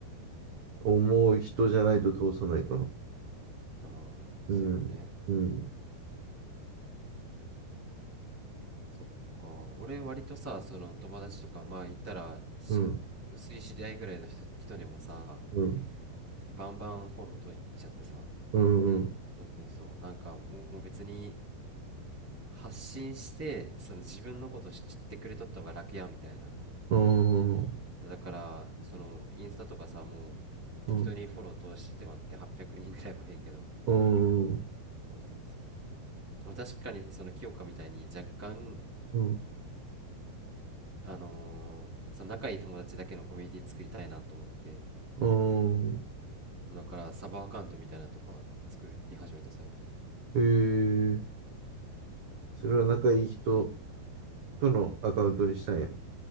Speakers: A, on the right; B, in the centre.
A: 思う人じゃないと通さないかな。
B: まあ
A: うん、
B: ーそういうことね
A: うん、
B: そっか俺割とさその友達とかまあ言ったらし薄い知り合いぐらいの人、
A: うん、
B: 人にもさ
A: うん、うん、
B: バンバンフォローとしちゃってさ
A: うん、うん、
B: そうそうそうなんかもう別に発信してその自分のこと知ってくれとった方が楽やみたいな
A: うーん、
B: だからそのインスタとかさもう適当にフォロー通してもらって800人ぐらいおねんけど
A: うん、うん、うん、
B: そうそうそうでも確かにその清香みたいに若干
A: うん、
B: あのーその仲いい友達だけのコミュニティ作りたいなと思って、
A: うんうん
B: だからサブアカウントみたいなのとか作り始めた最近。
A: えー、それは仲いい人とのアカウントにしたんや。